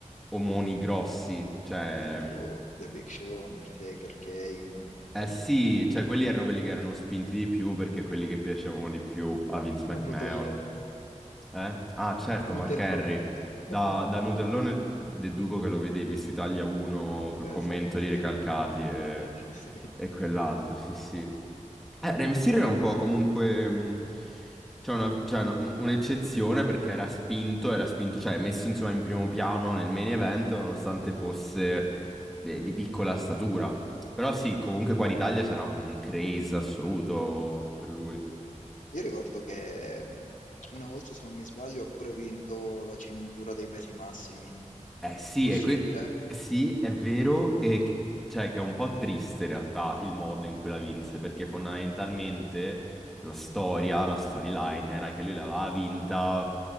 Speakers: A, in the centre; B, on the left.
A: omoni grossi. Cioè.
B: Eh, tipo The Big Show, Undertaker, Kane.
A: Eh
B: Sì,
A: sì,
B: sì.
A: cioè quelli erano quelli che erano spinti di più perché quelli che piacevano di più a Vince McMahon.
B: O Nutellone.
A: Eh? Ah certo,
B: Nutellone.
A: Mark Henry, da,
B: <laughs>
A: da Nutellone deduco che lo vedevi su Italia 1 col
B: Esatto,
A: commento di Recalcati
B: sì.
A: e,
B: <laughs> Sì.
A: e quell'altro, sì sì. Eh, Rey Mysterio è un po' comunque... mh, C'è una- c'è una- un- un'eccezione perché era spinto, era spinto, cioè messo insomma in primo piano nel main event nonostante fosse de- di piccola statura. Però sì, comunque qua in Italia c'era un craze assoluto per lui.
B: Io ricordo che mh, una volta, se non mi sbaglio, ha pure vinto la cintura dei pesi massimi.
A: Eh sì,
B: È possibile?
A: è, que- sì, è vero, e c- cioè che è un po' triste in realtà il modo in cui la vinse, perché fondamentalmente la storia, la storyline era che lui l'aveva vinta